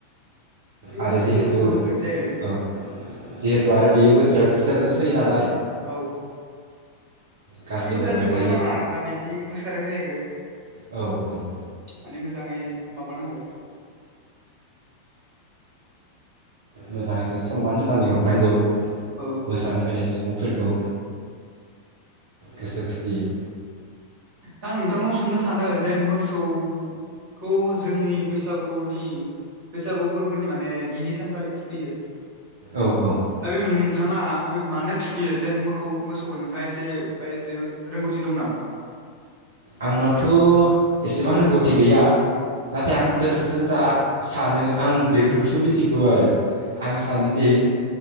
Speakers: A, on the right; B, on the right.
A: बे
B: आरो
A: मोनसे
B: जिहेतु
A: रुल
B: औ
A: बायदि जाहैबाय
B: जिहेतु आरो बेयो बोसोराव खेबसेल'सो फैयो नालाय।
A: औ।
B: गासैबो
A: जेबो गाज्रि
B: रंजायो
A: मोननो नाङा आरोना बिदि मोसानो फैनायखौ।
B: औ औ।
A: माने मोजाङै माबानांगो।
B: मोजाङै जों सनमान होनानै हरनांगौ।
A: औ।
B: मोसानो फैनाय सुबुंफोरखौ गोसो खुसियै।
A: दा आम नोंथांनाव सोंनो सानो जे मोसौ खौ जोंनि बैसागुनि बैसागु फोरबोनि माने गिबि सानखालि थुखैयो।
B: औ औ।
A: दा बेयाव नोंथाङा बे मानो थुखियो जेन मोखौ मोसौखौ नोंथाङा एसे बा एसे रोंगौथि दं नामा?
B: आंनावथ' एसेबां रोंगौथि गैया नाथाय आं गोसोजों जा सानो आं बेफोरखौसो मिथिगौ आरो। आं सानोदि